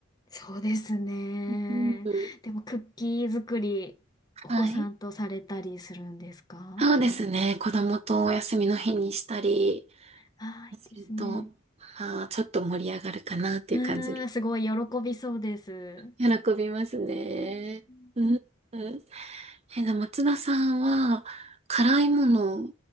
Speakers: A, on the left; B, on the right.
A: そうですね。
B: うん、うん。
A: でも、クッキー作り、お子さんとされたりするんですか
B: はい。そうですね。子供とお休みの日にしたり
A: ああー、
B: すると、
A: いいですね。
B: まあ、ちょっと盛り上がるかなっていう感じです。
A: うん、すごい喜びそうです。
B: 喜びますね。
A: うん
B: うん。うん。え、でも松田さんは、辛いもの